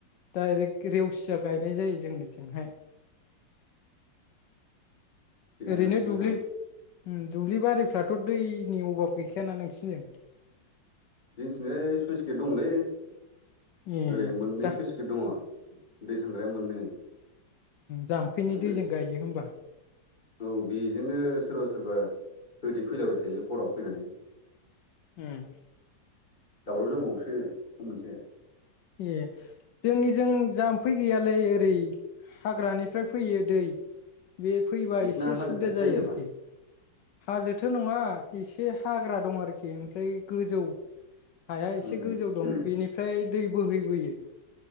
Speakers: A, on the left; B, on the left.
A: डायरेक्ट रेवसिया गायनाय जायो जोंनिथिंहाय।
B: थिगानो
A: ओरैनो
B: मोजां
A: दुब्लि उम दुब्लिबारिफ्राथ' दैनि अभाब गैखायाना नोंसिनिजों?
B: जोंथिंजाय सुइस गेट दंलै
A: ए
B: ओरै मोननै
A: जा
B: सुइस गेट दङ' दै थांग्राया मोननै।
A: जाम्फैनि
B: ओमफ्राय
A: दैजों गायो होमबा।
B: औ बेजोंनो सोरबा सोरबा होथे फैलाबाय थायो हराव फैनानै।
A: उम।
B: दावराव जाबावोसो सम मोनसे।
A: ए जोंनिजों जाम्फै गैयालै ओरै। हाग्रानिफ्राय फैयो दै बे फैबा
B: नोंसिना
A: एसे
B: हाजो
A: सुबिदा
B: खाथि
A: जायो
B: नामा
A: आरोखि। हाजोथ' नङा एसे हाग्रा दं आरोखि ओमफ्राय गोजौ हाया एसे
B: उम उम
A: गोजौ दं बेनिफ्राय दै बोहैबोयो।